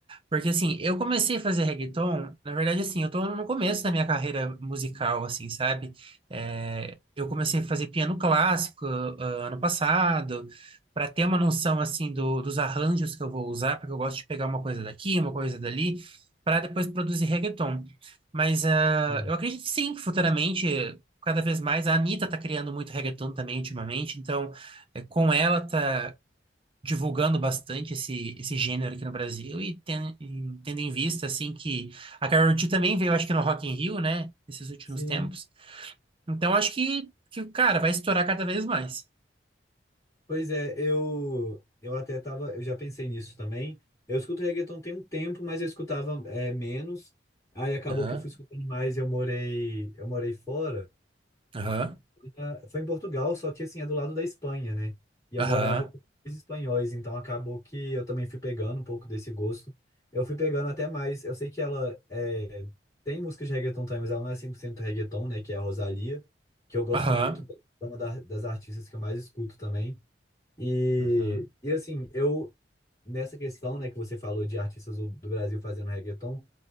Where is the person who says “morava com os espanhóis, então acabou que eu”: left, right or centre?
Left